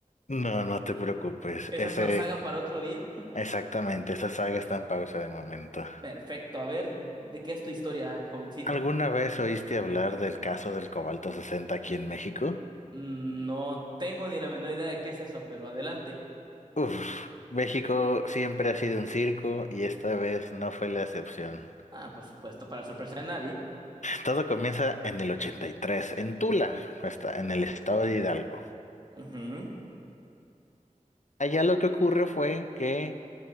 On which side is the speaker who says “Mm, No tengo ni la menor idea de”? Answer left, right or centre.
Right